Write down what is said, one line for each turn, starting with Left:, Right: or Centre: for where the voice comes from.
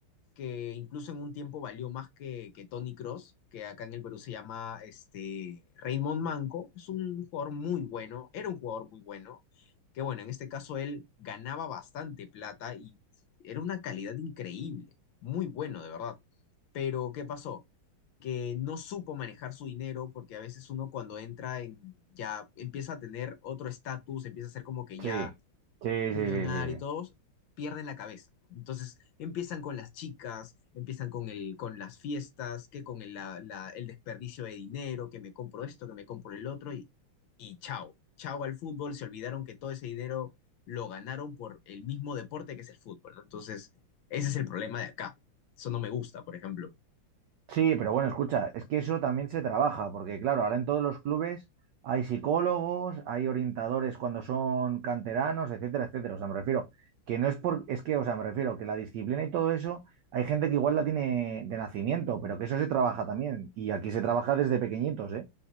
Left: que incluso en un tiempo valió más que, que Tony Cross, que acá en el Perú se llama este, Raymond Manco. Es un jugador muy bueno, era un jugador muy bueno, que bueno, en este caso él ganaba bastante plata y era una calidad increíble, muy bueno, de verdad. Pero, ¿qué pasó? que no supo manejar su dinero, porque a veces uno cuando entra en, ya empieza a tener otro estatus, empieza a ser como que
Right: sí,
Left: ya
Right: sí,
Left: millonaria
Right: sí, sí, sí.
Left: y
Right: sí.
Left: todos pierden la cabeza. ¿no? Entonces empiezan con las chicas, empiezan con, el, con las fiestas, que con el, la- la- el desperdicio de dinero, que me compro esto, que me compro el otro y, y chao. Chao al fútbol, se olvidaron que todo ese dinero lo ganaron por el mismo deporte que es el fútbol, ¿no? Entonces, ese es el problema de acá. Eso no me gusta, por ejemplo.
Right: Sí, pero bueno, escucha, es que eso también se trabaja, porque claro, ahora en todos los clubes hay psicólogos, hay orientadores cuando son canteranos, etcétera, etcétera. O sea, me refiero que no es por, es que, o sea, me refiero que la disciplina y todo eso, hay gente que igual la tiene de nacimiento, pero que eso se trabaja también. Y aquí se trabaja desde pequeñitos, ¿eh?